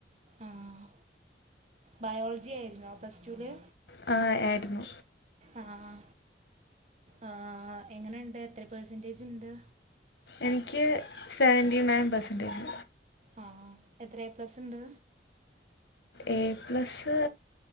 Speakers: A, on the right; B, on the left.
A: ആഹ് ബയോളജി ആയിരുന്നോ പ്ലസ് ടൂല്
B: ഹ് ഏരുന്നു
A: ആഹ് ആ എങ്ങനെണ്ട് എത്ര പെഴ് സെന്റേജ് ണ്ട്
B: എനിക്ക് സെവന്റി ണയൻ പെഴ്സെൻറ്റേജ്
A: ആഹ് എത്ര എപ്ലസ് ണ്ട്
B: എ പ്ലസ്സ്